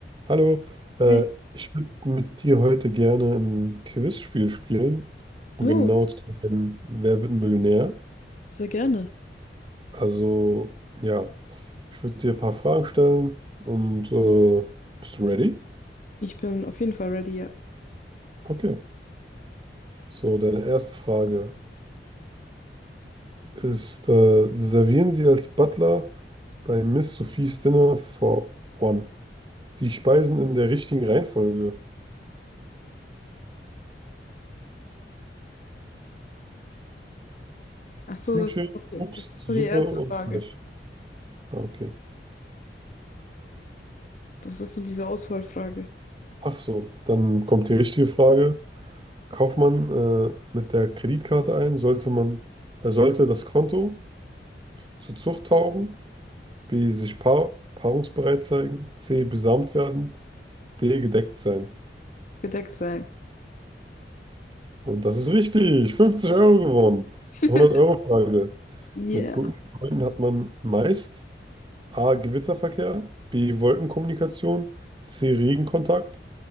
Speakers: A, on the right; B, on the left.
A: Hallo, äh,
B: Hey,
A: ich würde mit dir heute gerne ein Quizspiel spielen, um
B: Oh,
A: genau zu nennen, wer wird Millionär?
B: sehr gerne.
A: Also, ja, ich würde dir ein paar Fragen stellen und äh, bist du ready?
B: Ich bin auf jeden Fall ready, ja.
A: Okay, so deine erste Frage ist, äh, servieren Sie als Butler bei Miss Sophies Dinner for One die Speisen in der richtigen Reihenfolge?
B: Ach so,
A: Hühnchen,
B: das ist, noch-
A: Obst,
B: das ist
A: Suppe
B: nur die erste
A: und
B: Frage.
A: Fleisch. Ah, okay.
B: Das ist nur diese Auswahlfrage.
A: Ach so, dann kommt die richtige Frage. Kauft man äh, mit der Kreditkarte ein, sollte man, äh, sollte das Konto zu Zucht taugen, B, sich paar, paarungsbereit zeigen, C, besamt werden, D, gedeckt sein.
B: Gedeckt sein.
A: Und das ist richtig. 50 Euro gewonnen.
B: <laughs>
A: Zur hundert euro frage
B: Yeah.
A: Mit guten Freunden hat man meist A, Gewitterverkehr, B, Wolkenkommunikation, C, Regenkontakt,